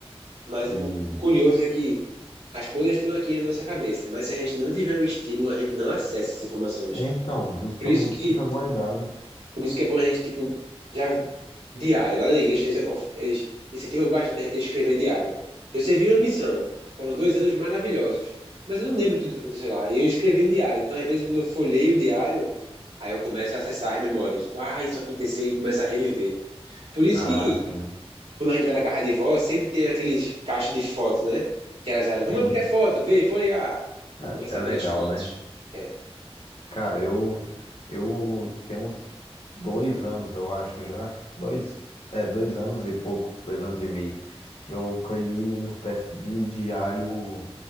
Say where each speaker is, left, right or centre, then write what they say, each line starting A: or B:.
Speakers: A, on the right; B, on the left.
A: Mas
B: E
A: o, o curioso é que as coisas estão aqui na nossa cabeça, mas se a gente não tiver um estímulo, a gente não acessa essas informações.
B: é, então, justamente
A: Por isso que
B: fica guardado.
A: Por isso que é bom a gente, tipo, já diário. Lá na igreja eles, of- eles incentivam bastante a gente a escrever diário. Eu servi uma missão. Foram dois anos maravilhosos. Mas eu não lembro tudo que aconteceu lá. E eu escrevi um diário. Então, às vezes, quando eu folheio o diário, aí eu começo a acessar as memórias. Tipo, ah, isso aconteceu e começo a reviver. Por isso
B: Ah,
A: que,
B: sim.
A: quando a gente vai na casa de vó, sempre tem aqueles caixas de fotos, né? Que elas abrem. Vamos
B: Sim.
A: abrir a foto, ver, folhear.
B: É,
A: E começa
B: é
A: a ver
B: legal,
A: as fotos.
B: né?
A: É.
B: Cara, eu eu tenho uns dois anos, eu acho já. Dois, é, dois anos e pouco, dois anos e meio, que eu criei uma espécie de diário